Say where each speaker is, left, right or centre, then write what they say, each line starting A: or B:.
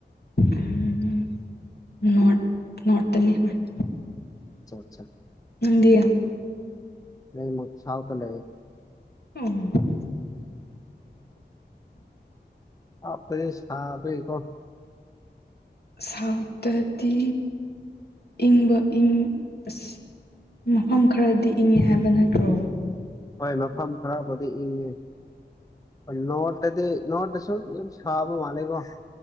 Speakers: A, on the left; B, on the left.
A: <unintelligible> ꯅꯣꯔꯠ ꯅꯣꯔꯠꯇꯅꯤ ꯍꫭꯏ
B: ꯑꯆꯥ ꯑꯆꯥ
A: ꯅꯪꯗꯤ
B: ꯑꯩꯃꯨꯠ ꯁꯥꯎꯠꯇ ꯂꯩꯌ‌ꯦ
A: <unintelligible>
B: ꯁꯥꯎꯠ ꯇꯥꯗꯤ ꯁꯥꯕꯒꯤꯀꫭ
A: ꯁꯥꯎꯠꯇꯗꯤ ꯏꯪꯕ ꯏꯪ ꯑꯁ ꯃꯐꯝ ꯈꯔꯗꯤ ꯏꯪꯉꯦ ꯍꯥꯏꯕ ꯅꯠꯇ꯭ꯔꯣ
B: ꯍꯣꯏ ꯃꯐꯝ ꯈꯔꯥꯕꯨꯗꯤ ꯏꯪꯉꯦ ꯅꫭꯕꯠꯇꯗꯤ ꯅꯣꯔꯠꯇꯁꯨ ꯌꯥꯝ ꯁꯥꯕ ꯃꯥꯜꯂ‌ꯦꯀꯣ